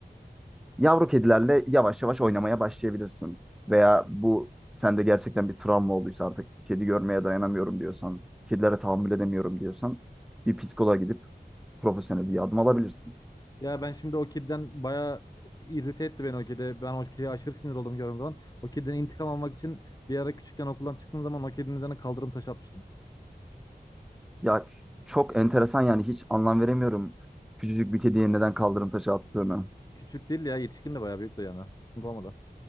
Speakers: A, in the centre; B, on the left.
A: yavru kedilerle yavaş yavaş oynamaya başlayabilirsin. Veya bu sende gerçekten bir travma olduysa artık kedi görmeye dayanamıyorum diyorsan, kedilere tahammül edemiyorum diyorsan bir psikoloğa gidip profesyonel bir yardım alabilirsin.
B: Ya ben şimdi o kediden baya irrite etti beni o kedi. Ben o kediye aşırı sinir olduğumu gördüğüm zaman. O kediden intikam almak için bir ara küçükken okuldan çıktığım zaman o kedinin üzerine kaldırım taşı atmıştım.
A: Ya çok enteresan yani hiç anlam veremiyorum küçücük bir kediye neden kaldırım taşı attığını.
B: Küçük değil ya yetişkin de bayağı büyük de yani. Sıkıntı olmadı.